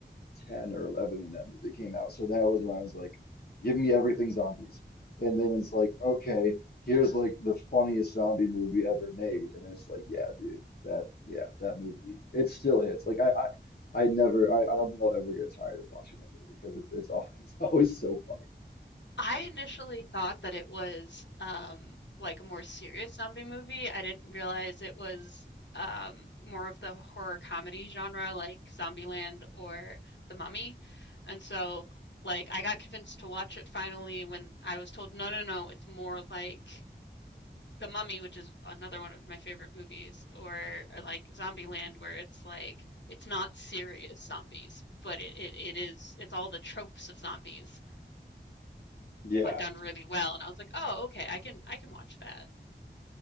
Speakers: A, on the left; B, on the left.
A: 10 or 11 when that movie came out. So that was when I was like, give me everything zombies. And then it's like, okay, here's like the funniest zombie movie ever made. And it's like, yeah, dude, that, yeah, that movie, it still hits. Like I, I, I never, I, I don't think I'll ever get tired of watching that movie because it's, it's all, <laughs> it's always so funny.
B: I initially thought that it was, um, like, a more serious zombie movie. I didn't realize it was, um, more of the horror comedy genre, like Zombieland or The Mummy, and so, like, I got convinced to watch it finally when I was told, "No, no, no, it's more like The Mummy," which is another one of my favorite movies, or or like Zombieland, where it's like it's not serious zombies, but it it it is it's all the tropes of zombies
A: Yeah.
B: but done really well. And I was like, oh, okay, I can I can watch that. <laughs>